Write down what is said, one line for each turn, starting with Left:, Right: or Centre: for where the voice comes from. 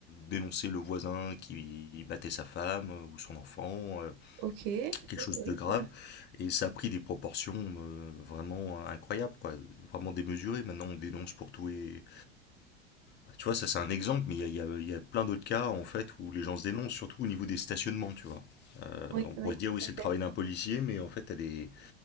Left: dénoncer le voisin qui battait sa femme euh, ou son enfant, euh,
Right: Ok. Oui,
Left: quelque chose
Right: oui,
Left: de grave.
Right: ça-
Left: Et ça a pris des proportions euh, vraiment incroyables, quoi, vraiment démesurées. Maintenant, on dénonce pour tout et... bah, Tu vois, ça c'est un exemple, mais il y a, il y a- il y a plein d'autres cas, en fait, où les gens se dénoncent, surtout au niveau des stationnements, tu vois. Euh,
Right: oui,
Left: on pourrait
Right: oui,
Left: se dire, oui,
Right: tout
Left: c'est
Right: à fait.
Left: le travail d'un policier, mais en fait, t'as des,